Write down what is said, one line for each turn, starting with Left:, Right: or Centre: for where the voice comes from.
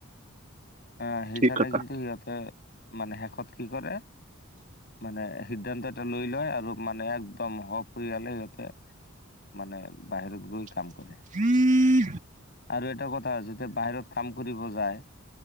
Left: আ সেইকাৰণে
Right: ঠিক কথা
Left: কিন্তু সিহঁতে মানে শেষত কি কৰে, মানে সিদ্ধান্তএটা লৈ লয় আৰু মানে একদম সপৰিয়ালে সিহঁতে, মানে বাহিৰত গৈ
Right: <unintelligible>
Left: কাম কৰে আৰু এটা কথা যেতিয়া বাহিৰত কাম কৰিব যায়।